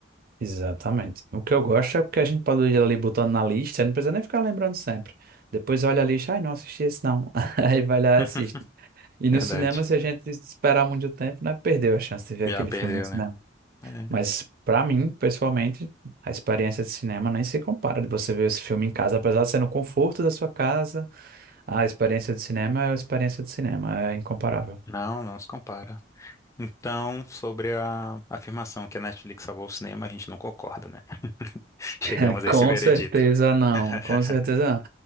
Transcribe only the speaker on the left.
<laughs>
Verdade.
Já
perdeu,
né? É.
Não, não se compara. Então, sobre a afirmação que a Netflix salvou o cinema, a gente não concorda, né? <laughs> Chegamos
a
esse veredito.
<laughs>